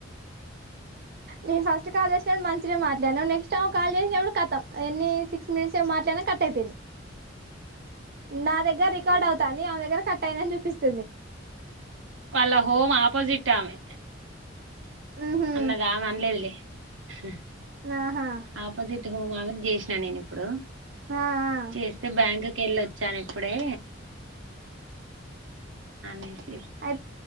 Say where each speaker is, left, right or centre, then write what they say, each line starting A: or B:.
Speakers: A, on the right (about 55°); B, on the right (about 85°).
A: నేను ఫస్ట్ కాల్ చేసినప్పుడు మంచిగ్నే మాట్లాడినవ్ స్టవ్ కాల్ చేసినప్పుడు కతం ఎన్ని సిక్స్ మినిట్స్ ఏమె మాట్లడినా కట్ అయిపోయింది. నా దగ్గర రికార్డ్ అవుతాంది ఆమె దగ్గర కట్ అయిందని చూపిస్తుంది.
B: వాళ్ళ హోమ్ అపోజిట్ ఆమె
A: ఉహు
B: అన్నది ఆమె అన్లేదులే హ
A: ఆహా
B: అపోజిట్ హోమ్ ఆమెక్ చేసినా నేను ఇప్పుడు
A: ఆ ఆ
B: చేస్తే బ్యాంక్ ఎళ్ళొచ్చాను ఇప్పుడే నానిఫ్
A: అయి